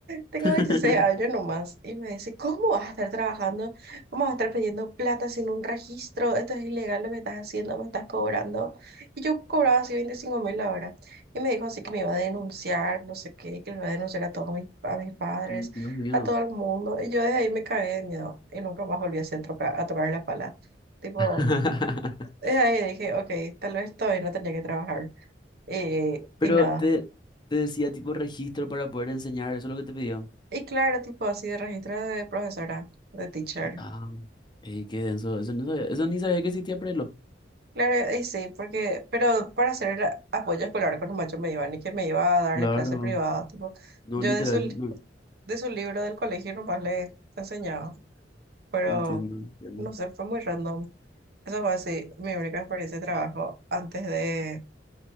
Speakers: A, on the right; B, on the left.
A: tengo
B: <laughs>
A: 16 años nomás y me dice, ¿cómo vas a estar trabajando? ¿Cómo vas a estar pidiendo plata sin un registro? Esto es ilegal lo que estás haciendo, me estás cobrando. Y yo cobraba así 25 mil la hora. Y me dijo así que me iba a denunciar, no sé qué, que me iba a denunciar a todos mis, a mis padres,
B: Dios mío.
A: a todo el mundo. Y yo desde ahí me cagué de miedo y nunca más volví así a, troca- a tocar la pala. Tipo,
B: <laughs>
A: desde ahí dije, ok, tal vez todavía no tenía que trabajar. Eh,
B: Pero
A: y nada.
B: te, te decía tipo registro para poder enseñar, eso es lo que te pidió.
A: Y claro, tipo así de registro de profesora, de teacher.
B: Ah, ey, qué denso, eso no sabía- eso ni sabía que existía Prelo.
A: Claro, y sí, porque, pero para hacer el apoyo escolar con un macho me iba ni que me iba a darle
B: Claro.
A: clase privada, tipo,
B: No,
A: yo
B: literal,
A: de su, li-
B: no,
A: de su libro del colegio nomás le enseñaba, pero
B: entiendo, entiendo.
A: no sé, fue muy random. Eso fue así, mi única experiencia de trabajo antes de,